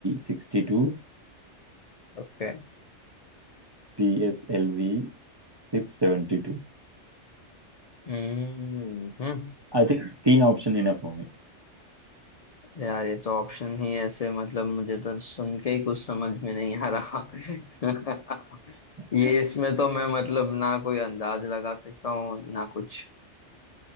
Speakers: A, on the right; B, on the left.
A: सिक्सटी टू
B: ओके
A: P S L V सिक्स सेवेंटी टू
B: हम्म हम्म
A: I think तीन ऑप्शन इनफ होंगे
B: यार ये तो ऑप्शन ही ऐसे मतलब मुझे तो सुन के ही कुछ समझ में नहीं आ रहा <laughs>
A: <laughs>
B: ये इसमें तो मैं मतलब ना कोई अंदाज लगा सकता हूँ ना कुछ